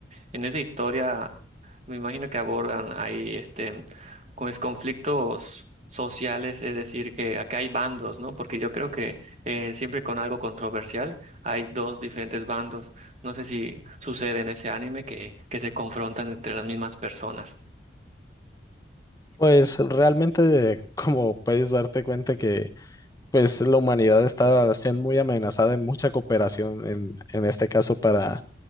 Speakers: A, on the right; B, on the left.
A: en esa historia, me imagino que abordan ahí este pues conflictos sociales, es decir, que acá hay bandos, ¿no? Porque yo creo que eh, siempre con algo controversial hay dos diferentes bandos. No sé si sucede en ese anime que, que se confrontan entre las mismas personas.
B: Pues realmente <laughs> como puedes darte cuenta que pues la humanidad está siendo muy amenazada en mucha cooperación en en este caso para